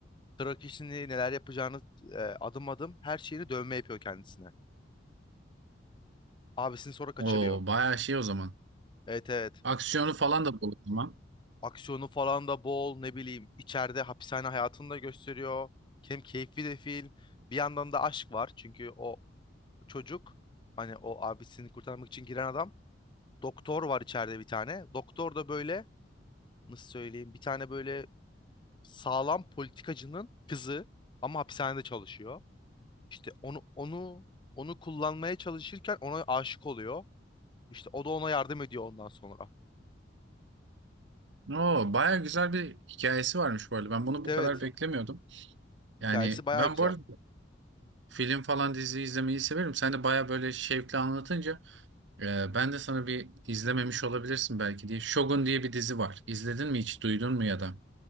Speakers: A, on the left; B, on the right.
A: trak işini neler yapacağını e, adım adım her şeyini dövme yapıyor kendisine. Abisini sonra kaçırıyor.
B: o bayağı şey o zaman.
A: Evet evet.
B: Aksiyonu falan da bol o zaman.
A: Aksiyonu falan da bol ne bileyim içeride hapishane hayatını da gösteriyor. Hem keyifli de film. Bir yandan da aşk var çünkü o çocuk hani o abisini kurtarmak için giren adam doktor var içeride bir tane. Doktor da böyle nasıl söyleyeyim bir tane böyle sağlam politikacının kızı ama hapishanede çalışıyor. İşte onu onu onu kullanmaya çalışırken ona aşık oluyor. İşte o da ona yardım ediyor ondan sonra.
B: Oo, bayağı güzel bir hikayesi varmış bu arada. Ben bunu
A: Evet
B: bu
A: evet.
B: kadar beklemiyordum.
A: Hikayesi
B: Yani
A: baya
B: ben
A: güzel.
B: bu arada Film falan dizi izlemeyi severim. Sen de baya böyle şevkli anlatınca e, ben de sana bir izlememiş olabilirsin belki diye. Shogun diye bir dizi var. İzledin mi hiç? Duydun mu ya da?